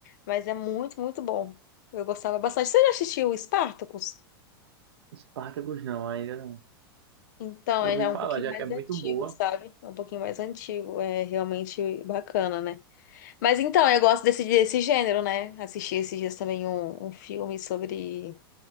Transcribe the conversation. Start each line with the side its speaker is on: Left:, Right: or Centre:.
Left: Mas é muito, muito bom. Eu gostava bastante. Você já assistiu o Spartacus?
Right: Spartacus não, ainda não.
Left: Então,
Right: Eu
Left: é
Right: ouvi
Left: já um
Right: falar,
Left: pouquinho
Right: já
Left: mais
Right: que é muito
Left: antigo,
Right: boa.
Left: sabe? É um pouquinho mais antigo. É realmente bacana, né? Mas então, eu gosto desse, desse gênero, né? Assisti esses dias também um, um filme sobre